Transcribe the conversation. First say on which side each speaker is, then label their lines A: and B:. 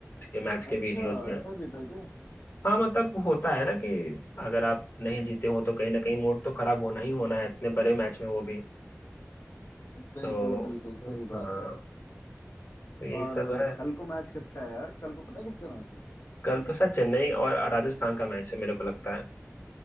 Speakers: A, on the left (about 50°); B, on the left (about 65°).
A: के मैच के
B: अच्छा
A: वीडियोस में
B: ऐसा भी था क्या
A: हाँ मतलब होता है ना कि अगर आप नहीं जीते हो तो कहीं ना कहीं मूड तो खराब होना ही होना है इतने बड़े मैच में वो भी
B: बिल्कुल
A: तो
B: बिल्कुल सही
A: हाँ
B: बात है
A: तो यही
B: और
A: सब है
B: कल को मैच किसका है यार कल को पता है किसका मैच है
A: कल तो शायद चेन्नई और राजस्थान का मैच है मेरे को लगता है